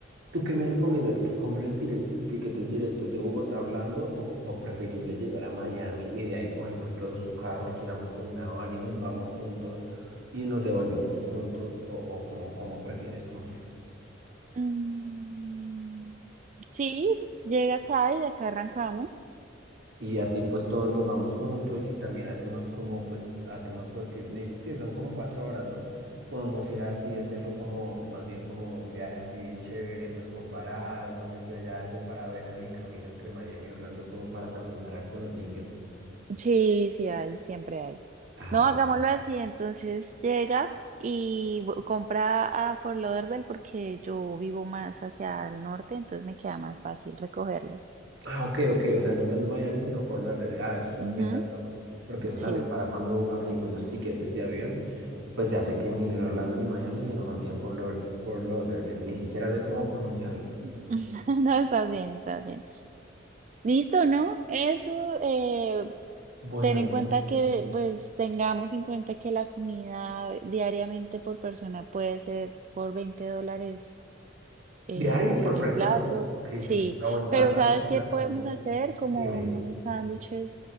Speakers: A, on the right; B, on the right.
A: ¿Tú qué me recomiendas? ¿Que compre los directo- tiquetes directos de Bogotá a Orlando o, o preferible llegar a Miami y de ahí cogemos todos un carro, alquilamos como una van y nos vamos juntos y nos devolvemos juntos o, o cómo, cómo prefieres tú?
B: Mm, sí, llega acá y de acá arrancamos.
A: Y así pues todos nos vamos juntos y también hacemos como pues hacemos porque me dices que son como cuatro horas, ¿no? Podemos ir así, hacerlo como más bien como un viaje así bien chévere, pues con paradas, no sé si haya algo para ver en el camino entre Miami y Orlando como para también parar con los niños.
B: Sí, sí hay, siempre hay.
A: Ah,
B: No, hagámoslo
A: bueno.
B: así, entonces llega y bu- compra a Fort Lauderdale porque yo vivo más hacia el norte, entonces me queda más fácil recogerlos.
A: Ah, ok, ok, o sea, no tanto Miami, sino Fort Lauderdale. Ah, eso es un
B: Ujú,
A: buen dato, porque eso
B: Sí.
A: también para cuando averigüe los tiquetes de avión, pues ya sé que ni Nueva Orlando ni Miami, sino más bien Fort Lauderdale, Fort Lauderdale. Ni siquiera sé cómo pronunciarlo.
B: <laughs> No, estás bien, estás bien. Listo, ¿no? Eso, eh,
A: Bueno,
B: ten en cuenta que, pues, tengamos en cuenta que la comida diariamente por persona puede ser por 20 dólares eh,
A: diario por
B: el
A: persona.
B: plato.
A: Ok, eso
B: Sí,
A: está bueno
B: pero
A: para la
B: ¿sabes
A: cotización.
B: qué podemos hacer? Como
A: Dime.
B: unos sándwiches